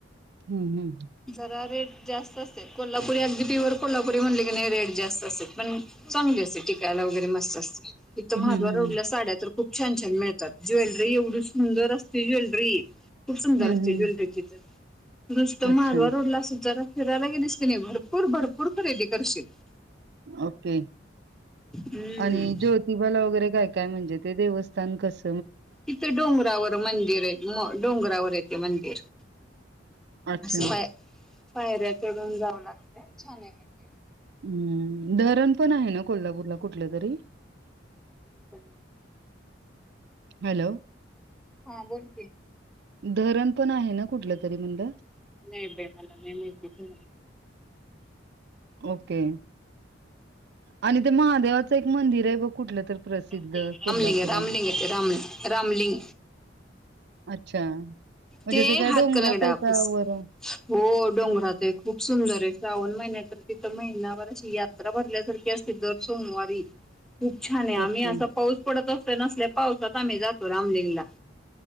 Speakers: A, on the right (about 60°); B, in the centre.
A: हम्म हम्.
B: जरा रेट जास्त असतते कोल्हापुरी अगदी पीवर कोल्हापुरी म्हणले की नाही रेट जास्त असतेत पण चांगली असते टिकायला वगैरे मस्त. <unintelligible> इथं
A: हम्म
B: महाद्वार
A: हम्म
B: रोडला साड्या तर खूप छान छान मिळतात ज्वेलरी एवढी सुंदर असते ज्वेलरी खूप सुंदर
A: हम्म
B: असते
A: हम्म
B: ज्वेलरी ती तर ते महाद्वार
A: अच्छा
B: रोडला असं जरा फिरायला गेलीस की नाय भरपूर भरपूर खरेदी करशील.
A: ओके
B: हम्म
A: आणि ज्योतिबाला वगैरे काय काय म्हणजे ते देवस्थान कस
B: तिथे डोंगरावर मंदिर आहे डोंगरावर ए ते मंदिर.
A: अच्छा
B: अस पा पायऱ्या चढून जाव लागतं छान आहे पण ते
A: हम्म धरण पण आहे ना कोल्हापूरला कुठले तरी?
B: <unintelligible>
A: हॅलो.
B: हा बोल की
A: धरण पण आहे ना कुठलं तरी म्हणलं.
B: नाही बाई मला नाही माहिती धरण
A: ओके आणि ते महादेवाचं एक मंदिर आहे बघ कुठलं तर प्रसिद्ध
B: रामलिंग
A: कोल्हापुरात
B: रामलिंग रामलिंग आहे ते रामलिंग
A: अच्छा. म्हणजे
B: ते
A: काय
B: हातकणंगल्या
A: डोंगरात आहे का
B: <unintelligible>
A: वर आहे?
B: हो डोंगरात आहे खूप सुंदर आहे श्रावण महिन्या तर तिथं महिनाभरच यात्रा भरल्यासारखी असते दर सोमवारी. खूप छान आहे
A: ओके
B: आम्ही असा पाऊस पडत असतो तर असल्या पावसात आम्ही जातो रामलिंगला